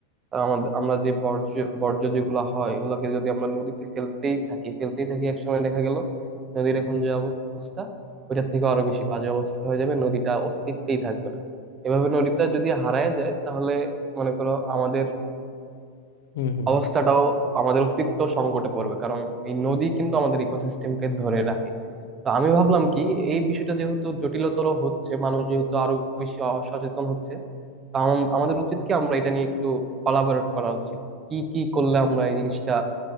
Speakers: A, on the right; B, on the left.
A: আর আমাদের আমরা যে বর্জ্য বর্জ্য যেগুলো হয় এগুলোকে যদি আমরা নদীতে ফেলতেই থাকি ফেলতেই থাকি একসময় দেখা গেল নদীর এখন যে অবস্থা ওইটার থেকে আরো বেশি বাজে অবস্থা হয়ে যাবে নদীটা অস্তিত্বেই থাকবে না এভাবে নদীটা যদি হারায় যায় তাহলে মনে করো আমাদের
B: হুম হুম
A: অবস্থাটাও
B: হুম
A: আমাদের অস্তিত্ব সংকটে পড়বে কারণ এই নদী কিন্তু আমাদের ইকোসিস্টেমকে ধরে রাখে তো আমি ভাবলাম কি এই বিষয়টা যেহেতু জটিলতর হচ্ছে মানুষ যেহেতু আরো বেশি সচেতন হচ্ছে তো আম- আমাদের উচিত কি আমরা এটা নিয়ে একটু কলাবরেট করা উচিত কি কি করলে আমরা এই জিনিসটা